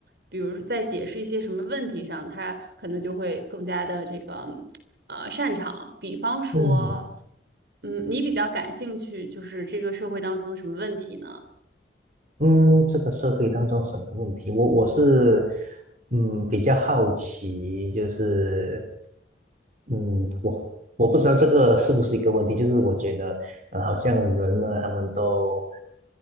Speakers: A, on the right (about 60°); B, on the right (about 45°).
A: 比如说在解释一些什么问题上，它可能就会更加的这个呃擅长。比方说，
B: 嗯，
A: 嗯，你比较感兴趣，就是这个社会当中的什么问题呢？
B: 嗯，这个社会当中什么问题？我我是嗯比较好奇，就是嗯我我不知道这个是不是一个问题，就是我觉得呃好像人呢，他们都